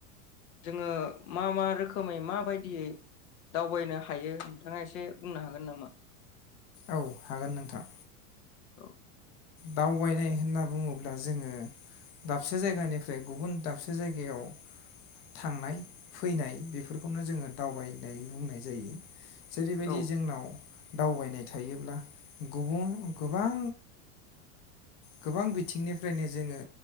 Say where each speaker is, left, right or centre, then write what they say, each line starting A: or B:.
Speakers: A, on the left; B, on the left.
A: जोङो मा मा रोखोमै माबायदियै दावबायनो हायो नोंथाङा एसे बुंनो हागोन नामा?
B: औ हागोन नोंथां।
A: औ।
B: दावबायनाय होन्ना बुङोब्ला जोङो दाबसे जायगानिफ्राय गुबुन दाबसे जायगायाव थांनाय फैनाय बेफोरखौनो जोङो दावबायनाय बुंनाय जायो। जेरैबायदि
A: औ
B: जोंनाव दावबायनाय थायोब्ला गुबुन गोबां गोबां बिथिंनिफ्रायनो जोङो